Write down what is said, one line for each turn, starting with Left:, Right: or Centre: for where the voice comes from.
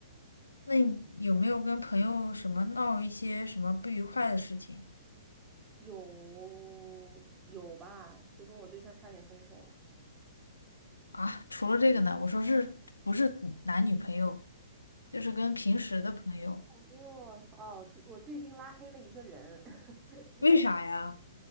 Left: 那你有没有跟朋友什么闹一些什么不愉快的事情？
Right: 有有吧，就跟我对象差点分手。
Left: 啊，除了这个呢，我说是不是男女朋友，就是跟平时的朋友。
Right: 朋友哦，最我最近拉黑了一个人，<laughs>
Left: 为啥呀？